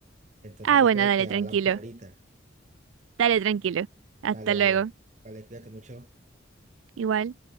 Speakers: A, on the right; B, on the right.
A: Entonces
B: Ah,
A: yo
B: bueno,
A: creo
B: dale,
A: que
B: tranquilo.
A: hablamos ahorita.
B: Dale, tranquilo. Hasta
A: Vale, vale,
B: luego.
A: vale, cuídate mucho.
B: Igual.